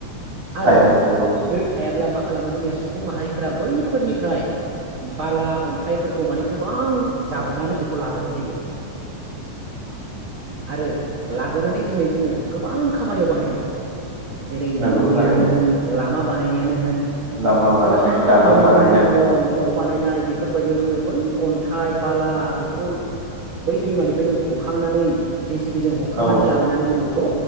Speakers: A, on the right (about 70°); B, on the right (about 40°).
A: आरो
B: हाया नंगौ
A: दै थायाब्ला मा खालामो जोंनिया सुबुं माहारिफोरा बैफोरनिफ्राय बाला अन्थाइफोरखौ माने गोबां जावनानै बेखौ लाबोनाय जायो आरो लाबोनानै दिनै जोङो गोबां खामानियाव बाहायदों जेरै
B: नंगौ
A: न' लुनायानो
B: थारैनो
A: होन लामा बानायनायानो होन
B: लामा बानायनाय
A: गोबां
B: दालां
A: माने
B: बानायनाय
A: बिल्दिं न न' बानायनाय बेफोरबायदियाव जोङो बै अन्थाइ बाला बेफोरखौ बै दैमानिफ्राय जों हखांनानै जे सि बि जों हखांनानै
B: औ
A: लाबोनानै जों बेखौ